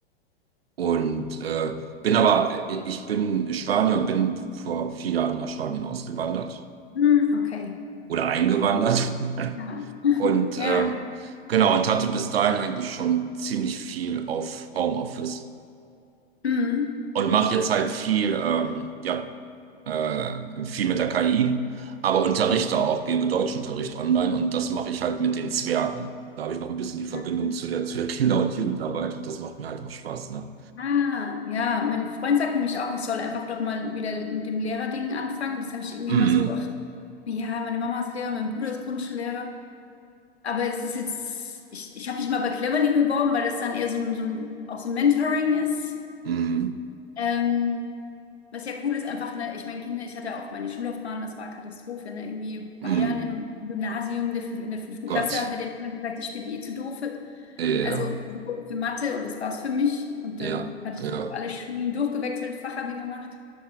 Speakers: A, on the right; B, on the left.
A: Und äh, bin aber, äh, ich bin Spanier und bin vor vier Jahren nach Spanien ausgewandert
B: Mhm. Okay,
A: oder eingewandert. <laughs>
B: ja, <laughs>
A: Und äh,
B: ja,
A: genau, und hatte bis dahin eigentlich schon ziemlich viel auf Homeoffice
B: mhm.
A: und mache jetzt halt viel, ähm, ja, äh, viel mit der KI, aber unterrichte
B: Okay.
A: auch, gebe Deutschunterricht online und das mache ich halt mit den Zwergen. Da habe ich noch ein bisschen die Verbindung
B: Mhm.
A: zu der, zu der Kinder- und Jugendarbeit und das macht mir halt auch Spaß, ne?
B: Ah, ja, mein Freund sagt nämlich auch, ich soll einfach doch mal wieder mit dem Lehrerding anfangen. Das habe ich irgendwie
A: Mm,
B: immer so, ach, ja, meine Mama ist Lehrer, mein Bruder ist Grundschullehrer. Aber es ist jetzt, ich, ich habe mich mal bei Cleverly beworben, weil das dann eher so ein, so ein, auch so ein Mentoring ist.
A: mm,
B: Ähm, was ja cool ist, einfach, ne, ich meine, Kinder, ich hatte ja auch meine Schullaufbahn, das war Katastrophe, ne? Irgendwie
A: mm,
B: Bayern im Gymnasium, der, fün- in der fünften
A: Gott.
B: Klasse hat mir der Lehrer gesagt, ich bin eh zu doof für,
A: Ja,
B: also für Mathe und das war's für mich. Und
A: ja,
B: dann hatte ich
A: ja,
B: so alle Schulen durchgewechselt, Fachabi gemacht